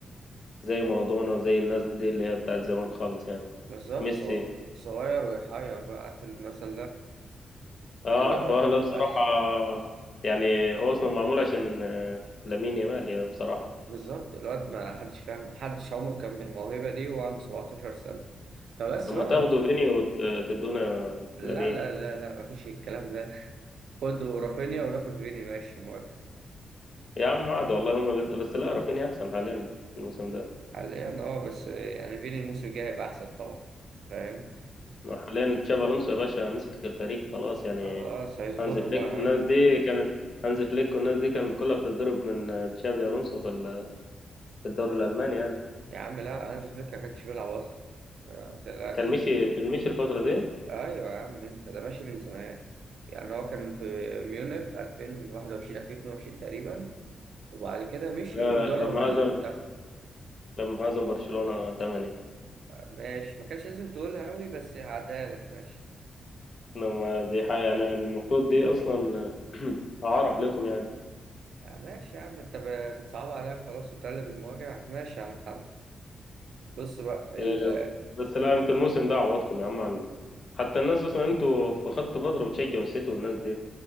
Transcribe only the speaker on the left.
زي مارادونا زي الناس دي اللي هي بتاعت زمان خالص يعني
ميسي
اه
عارفه لو بصراحة يعني هو اصلا معمول عشان آه، لامين يامال يا بصراحة
لما
تاخدوا
فيني وتدونا
لامين
يا عم عاد والله هم ال- بس لا رافينيا احسن حاليا الموسم ده
ما حاليا تشافي الونسو يا باشا مسك الفريق خلاص يعني
هانز فليك
والناس دي كانت هانز فليك والناس دي كانت كلها بتتضرب من آه، تشابي الونسو في ال- في الدوري الالماني يعني
كان مشي كان مشي الفترة دي
لا
لا، لما
هزم لما هزم برشلونة 8
لما دي حاجة يعني المفروض دي أصلا <clears throat> عار عليكم يعني
إيه، بس لا انتوا الموسم ده عوضكم يا عم عن حتى الناس أصلا انتوا في خدتوا فترة بتشجعوا السيتي والناس دي